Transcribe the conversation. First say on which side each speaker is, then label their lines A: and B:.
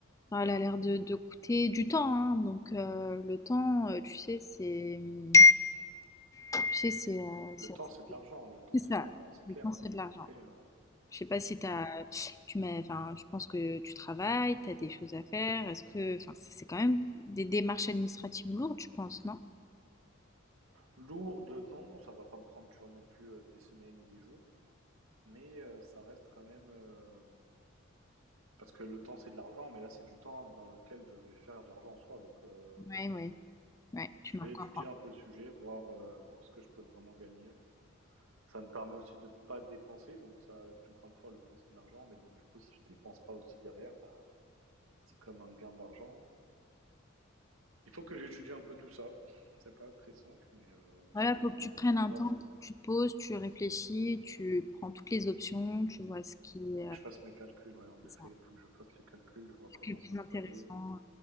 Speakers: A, on the left; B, on the right.
A: Enfin, elle a l'air de, de coûter du temps, hein. Donc euh, le temps, euh, tu sais, c'est, mmh, tu sais, c'est, euh,
B: Le
A: c'est
B: temps, c'est de l'argent, le temps,
A: c'est ça.
B: c'est de l'argent, c'est clair,
A: Le temps,
B: mais
A: c'est
B: bon,
A: de l'argent.
B: après, euh,
A: Je sais pas si t'as,
B: hmm.
A: tu mets, enfin, je pense que tu travailles, tu as des choses à faire. Est-ce que, enfin, c'est c'est quand même des démarches administratives lourdes, je pense, non?
B: lourd de non, ça va pas me prendre, tu vois, non plus euh, des semaines et des jours, mais euh, ça reste quand même, euh, parce que le temps, c'est de l'argent, mais là, c'est du temps dans lequel je vais faire de l'argent en soi, donc euh,
A: Ouais, ouais, ouais. Tu
B: je
A: marques
B: vais étudier
A: un point.
B: un peu le sujet, voir, euh, voir ce que je peux vraiment gagner. Ça me permet aussi de pas dépenser, donc ça, encore une fois, le temps, c'est de l'argent, mais donc du coup, si je dépense pas aussi derrière, bah, c'est comme un gain d'argent. Il faut que j'étudie un peu tout ça. C'est pas très simple, mais, euh, mais
A: Voilà,
B: c'est
A: faut
B: largement
A: que tu prennes
B: faisable.
A: un temps,
B: hein.
A: tu te poses, tu réfléchis, tu prends toutes les options, tu vois ce qui est,
B: Et que
A: euh,
B: je fasse mes calculs, ouais, en
A: c'est
B: effet,
A: ça,
B: il faut que je fasse les calculs, je vois
A: ce
B: comment
A: qui est le plus
B: ça
A: intéressant
B: peut aller.
A: euh,